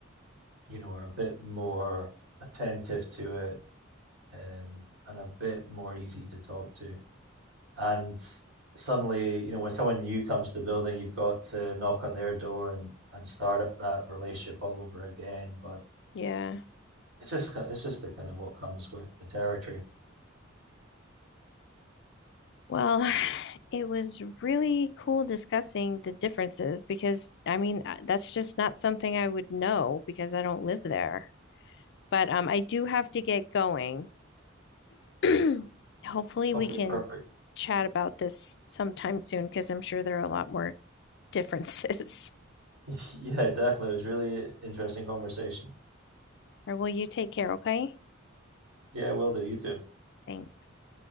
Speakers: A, on the right (about 70°); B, on the left (about 60°).
A: you know, are a bit more attentive to it um, and a bit more easy to talk to. And suddenly, you know, when someone new comes to the building, you've got to knock on their door and, and start up that relationship all over again. But
B: Yeah.
A: It's just it's just the kind of what comes with the territory.
B: Well, <sighs> it was really cool discussing the differences because I mean, uh, that's just not something I would know because I don't live there. But um, I do have to get going. <clears throat> Hopefully, we
A: Okay,
B: can
A: perfect.
B: chat about this sometime soon because I'm sure there are a lot more differences. <laughs>
A: <laughs> Yeah, definitely. It was really interesting conversation.
B: Or will you take care, okay?
A: Yeah, will do. You too.
B: Thanks.